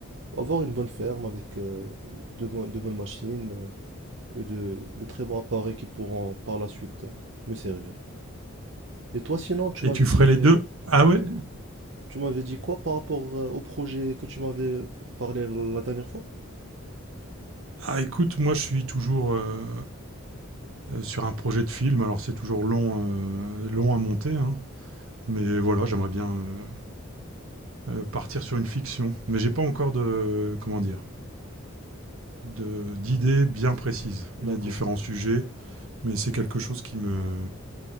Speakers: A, on the right; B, on the right.
A: avoir une bonne ferme avec euh, de, bon- de bonnes machines euh, et de, de très bons appareils qui pourront par la suite euh, me servir. Et toi sinon, tu
B: Et
A: m'avais
B: tu
A: dit...
B: ferais les
A: euh,
B: deux. Ah ouais.
A: Tu m'avais dit quoi par rapport euh, au projet que tu m'avais parlé la la dernière fois?
B: Ah écoute, moi je suis toujours euh, euh, sur un projet de film. Alors c'est toujours long, euh, long à monter, hein. Mais voilà, j'aimerais bien, euh, euh, partir sur une fiction. Mais j'ai pas encore de comment dire de d'idées bien précises.
A: D'accord,
B: Il y a différents sujets, mais c'est quelque chose qui me